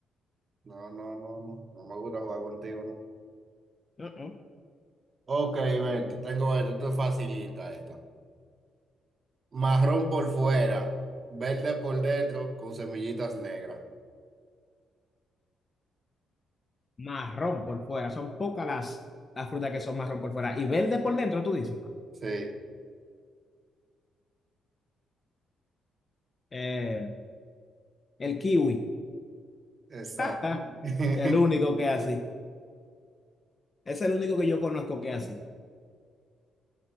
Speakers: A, on the right; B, on the left.
A: No, no, no, no. No me gusta jugar contigo, no.
B: Uh-uh.
A: Ok, ven, te tengo esto. Esto es facilita, esta. Marrón por fuera, verde por dentro, con semillitas negras.
B: Marrón por fuera, son pocas las, las frutas que son marrón por fuera. Y verde por dentro, tú dices.
A: Sí,
B: Eh, el kiwi,
A: exacto.
B: <laughs>
A: <laughs>
B: el único que es así. Es el único que yo conozco que es así.